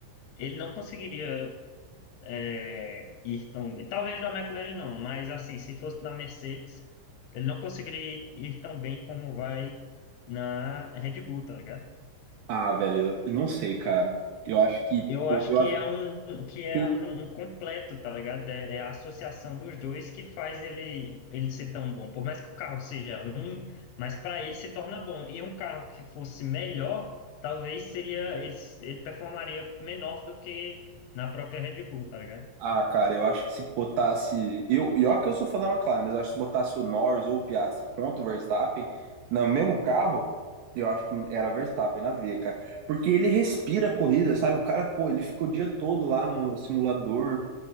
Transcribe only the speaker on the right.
Ah, velho, eu não sei, cara. Eu acho que,
pô,
eu
acho
que
Ah, cara, eu acho que se botasse. Eu, e olha que eu sou fã da McLaren, mas eu acho que se botasse o Norris ou o Piastri contra o Verstappen no mesmo carro, eu acho que era Verstappen na veia, cara. Porque ele respira a corrida, sabe? O cara, pô, ele fica o dia todo lá no simulador